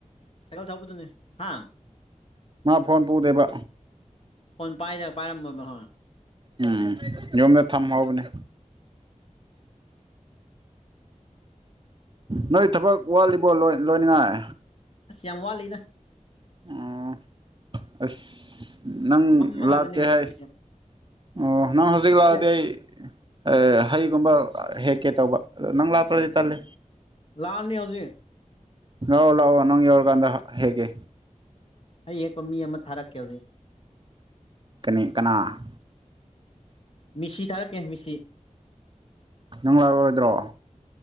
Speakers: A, on the left; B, on the right.
A: ꯁꯥꯏꯀꯜ ꯊꯧꯕꯗꯨꯅꯤ ꯍꯥ
B: ꯃꯥ ꯐꯣꯟ ꯄꯨꯗꯦꯕ
A: ꯐꯣꯟ ꯄꯥꯏꯗꯒ ꯄꯥꯏꯔꯝꯃꯣꯏꯕ ꯍꯣꯏ
B: ꯎꯝ ꯌꯨꯝꯗ ꯊꯝꯍꯧꯕꯅꯦ ꯅꯣꯏ ꯊꯕꯛ ꯋꯥꯠꯂꯤꯕꯣ ꯂ‌ꯣꯏ ꯂꯣꯏꯅꯤꯡꯉꯥꯏ
A: ꯁ ꯌꯥꯝ ꯋꯥꯠꯂꯤꯗ
B: ꯑꯣ ꯑꯁ ꯅꯪ
A: ꯃꯝꯃ
B: ꯂꯥꯛꯀꯦ
A: ꯀꯥꯟꯗꯅꯦ ꯍꯜꯂꯛꯇꯣꯏꯁꯦ
B: ꯍꯥꯏ ꯑꯣ ꯅꯪ ꯍꯧꯖꯤꯛ
A: ꯍꯧꯖꯤꯛꯇꯤ
B: ꯂꯥꯛꯑꯗꯤ
A: ꯌꯥꯝ
B: ꯑꯩ ꯑꯥ ꯍꯩꯒꯨꯝꯕ ꯍꯦꯀꯦ ꯇꯧꯕ ꯅꯪ ꯂꯥ ꯇꯔꯗꯤ ꯏ ꯇꯜꯂꯦ
A: ꯁꯥꯔꯅꯤ ꯍꯧꯖꯤꯛ
B: ꯂꯥꯎ ꯂꯥꯎ ꯅꯪ ꯌꯧꯔꯒꯟꯗ ꯍꯦꯛꯀꯦ
A: ꯑꯩ ꯌꯦꯛꯄ ꯃꯤ ꯑꯃ ꯊꯥꯔꯛꯀꯦ ꯍꯧꯖꯤꯛ
B: ꯀꯅꯤ ꯀꯅꯥ
A: ꯃꯤꯁꯤ ꯊꯥꯔꯛꯀꯦ ꯃꯤꯁꯤ
B: ꯅꯪ ꯂꯥꯛꯂꯔꯣꯏꯗ꯭ꯔꯣ